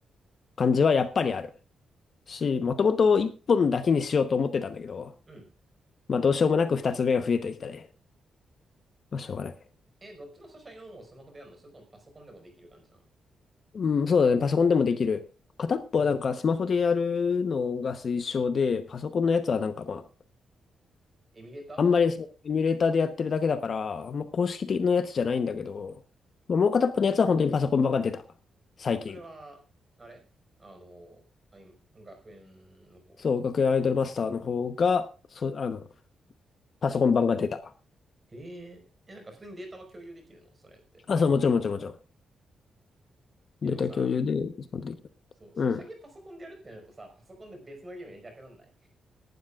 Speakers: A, on the left; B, on the right.
A: 感じはやっぱりある。し、もともと一本だけにしようと思ってたんだけど、
B: うん。
A: まあ、どうしようもなく二つ目が増えてきたね。まあ、しょうがない。
B: え、どっちのソシャゲのもうスマホでやるのそれともパソコンでもできる感じなの
A: うん、そうだね。パソコンでもできる。片っぽはなんかスマホでやるのが推奨で、パソコンのやつはなんかまあ、
B: エミュレータ
A: あんまりそう、エミュレーターでやってるだけだから、あんま公式的なやつじゃないんだけど、まあ、もう片っぽのやつは本当にパソコン版が出た。最近。
B: ーそれは、あれあの、あ、今、学園の方なの
A: そう、学園アイドルマスターの方が、そう、あの、パソコン版が出た。
B: へえ。え、なんか普通にデータは共有できるのそれって。
A: あ、そう、もちろんもちろんもちろん。
B: え、
A: データ共有で、
B: でもさ、
A: そこでできる。
B: そう、ソシャゲパソコンでやるってなるとさ、
A: うん。
B: パソコンで別のゲームやりたくなんない